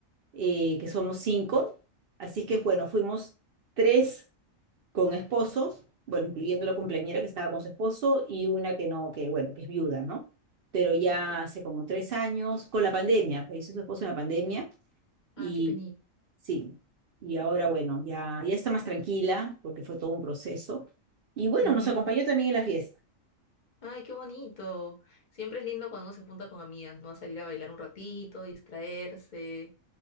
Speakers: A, on the right; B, on the left.
A: eh, que somos cinco. Así que bueno, fuimos tres con esposos, bueno, incluyendo la cumpleañera que estaba con su esposo y una que no, que bueno, que es viuda, ¿no? Pero ya
B: Ok.
A: hace como tres años, con la pandemia, falleció su esposo en la pandemia y
B: Ah, qué penita.
A: Sí, y ahora bueno, ya, ya está más tranquila porque fue todo un proceso. Y bueno,
B: Ujú.
A: nos acompañó también en la fiesta.
B: Ay, qué bonito. Siempre es lindo cuando uno se junta con amigas, ¿no? A salir a bailar un ratito, distraerse.